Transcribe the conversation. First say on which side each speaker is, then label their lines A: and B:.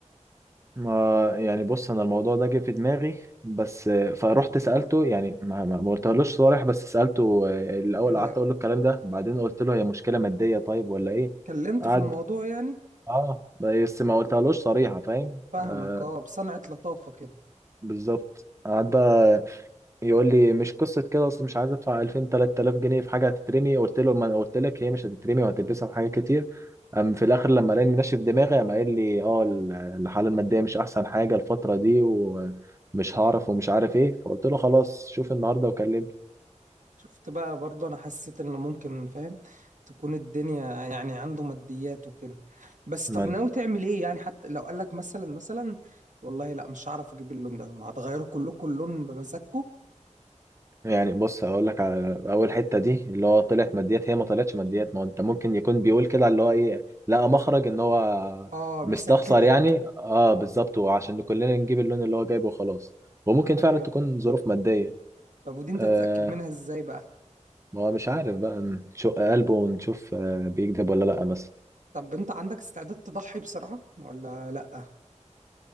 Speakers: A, on the right (about 25°); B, on the right (about 75°).
A: ما يعني بص انا الموضوع ده جه في دماغي بس فروحت سالته يعني ما ما ما قلتهالوش صريح بس سالته الاول
B: كده
A: قعدت اقول له الكلام ده بعدين قلت له هي مشكله ماديه طيب ولا ايه
B: كلمته
A: قعد
B: في الموضوع يعني
A: اه بس ما قلتهالوش صريحة فاهم
B: فاهمك
A: آه
B: اه بصنعة لطافه كده
A: بالظبط قعد بقى يقول لي مش قصة كده اصل مش عايز ادفع 2000 3000 جنيه في حاجة هتترمي قلت له ما أنا قلت لك هي مش هتترمي وهتلبسها في حاجات كتير أم في الاخر لما لقاني منشف دماغي قام قايل لي اه ال- الحالة المادية مش احسن حاجة الفترة دي ومش هعرف ومش عارف ايه فقلت له خلاص شوف النهاردة وكلمني
B: شفت بقى برضه انا حسيت ان ممكن فاهم تكون الدنيا يعني عنده ماديات وكده بس
A: ما
B: طب ناوي تعمل ايه يعني حتى لو قال لك مثلا مثلا والله لا مش هعرف اجيب اللون ده هتغيروا كلكم اللون بمزاجكم
A: يعني بص هقول لك على اول حته دي اللي هو طلعت ماديات هي ما طلعتش ماديات ما هو انت ممكن يكون بيقول كده اللي هو ايه لقى مخرج ان هو
B: اه بيسكتك
A: مستخسر يعني اه بالظبط وعشان كلنا نجيب اللون اللي هو جايبه وخلاص وممكن
B: ايوه
A: فعلا تكون ظروف ماديه
B: طب ودي انت
A: آه
B: تتأكد منها ازاي بقى
A: ما هو مش عارف بقى نشق قلبه ونشوف آه بيكذب ولا لا مثلا
B: طب انت عندك استعداد تضحي بصراحة ولا لا